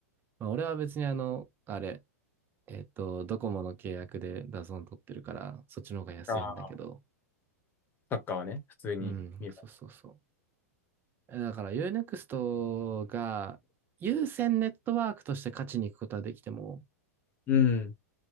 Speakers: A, on the right; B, on the left.
A: まあ、俺は別にあの、あれ、えっと、ドコモの契約でダゾーン取ってるから、そっちの方が安いんだけど。
B: ああ、サッカーはね、普通に見る。
A: うん、そうそうそう。だから Unext が優先ネットワークとして勝ちに行くことはできても、
B: うん。